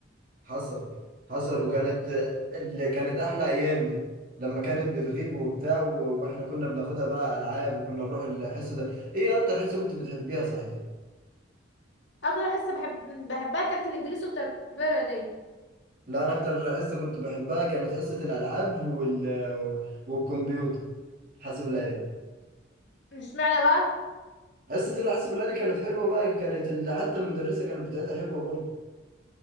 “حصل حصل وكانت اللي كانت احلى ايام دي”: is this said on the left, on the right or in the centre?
Right